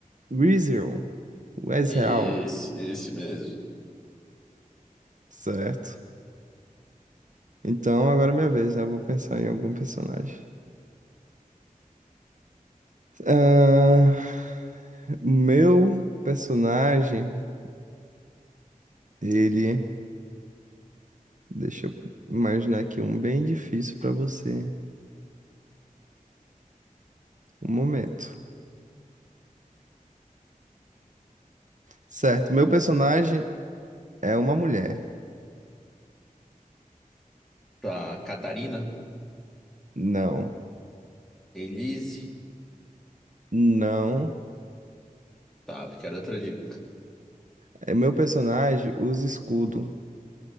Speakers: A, on the right; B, in the centre.
A: Weezil. O Ezreal.
B: esse, esse mesmo.
A: Certo. Então, agora é minha vez, né? Eu vou pensar em algum personagem. Ah, meu personagem, ele... Deixa eu imaginar aqui um bem difícil pra você. Um momento. Certo, meu personagem é uma mulher.
B: Tá, Catarina?
A: Não,
B: Elise?
A: não.
B: Tá, porque era outra dica.
A: É meu personagem usa escudo.